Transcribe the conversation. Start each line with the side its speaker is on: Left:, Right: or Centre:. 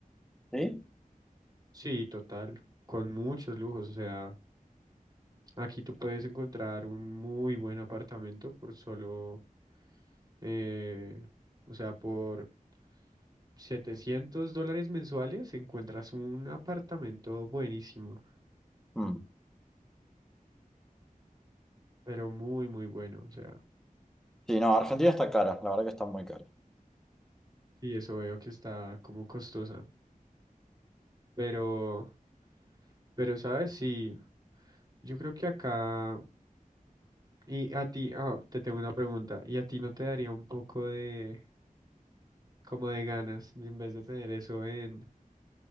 Centre: ¿Sí?
Right: Sí, total, con muchos lujos. O sea, aquí tú puedes encontrar un muy buen apartamento por solo, eh, o sea, por 700 dólares mensuales encuentras un apartamento buenísimo,
Centre: Mm.
Right: pero muy, muy bueno. O sea,
Centre: Sí, no, Argentina está cara, la verdad que está muy cara.
Right: y eso veo que está como costosa. Pero, pero, ¿sabes? Sí, yo creo que acá... Y a ti, ah, te tengo una pregunta. ¿Y a ti no te daría un poco de, como de ganas, de, en vez de tener eso en